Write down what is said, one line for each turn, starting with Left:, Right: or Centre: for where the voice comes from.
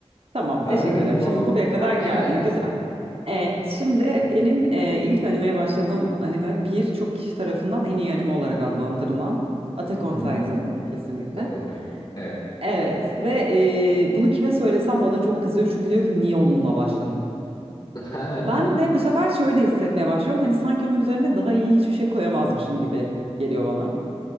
Right: Tamam
Left: Ben
Right: teşekkür
Left: böyle
Right: ederim.
Left: bulamam.
Right: Şimdi buraya kadar
Left: <laughs>
Right: geldin güzel. E, şimdi benim e, ilk animeye başladığım anime birçok kişi tarafından en iyi anime olarak adlandırılan Attack on
Left: Hı
Right: Titan
Left: hı.
Right: kesinlikle.
Left: Attack on Titan. Evet.
Right: Evet ve eee, bunu kime söylesem bana çok kızıyor çünkü diyor ki niye onunla başladın?
Left: <laughs>
Right: Ben de bu sefer şöyle hissetmeye başlıyorum. Hani sanki onun üzerine daha iyi hiçbir şey koyamazmışım gibi geliyor bana.